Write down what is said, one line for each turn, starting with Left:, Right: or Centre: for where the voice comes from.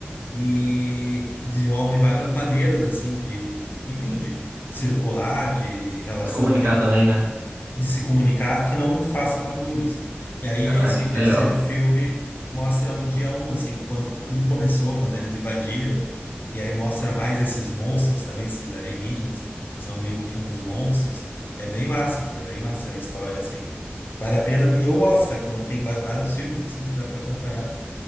Left: e desenvolvem várias maneiras assim de, enfim, de circular, de relação
Right: Se comunicar
Left: ali
Right: também, né?
Left: de se comunicar que não façam barulho, assim. E aí
Right: Caraca,
Left: esse
Right: que
Left: terceiro
Right: legal.
Left: filme mostra o dia um, assim, quando tudo começou, quando eles invadiram, e aí mostra mais esses monstros também, esses alienígenas, são meio que uns monstros. É bem massa, mano, é bem massa a história, assim. Vale a pena, e eu gosto, cara, quando tem va- vários filmes, assim, que dá pra acompanhar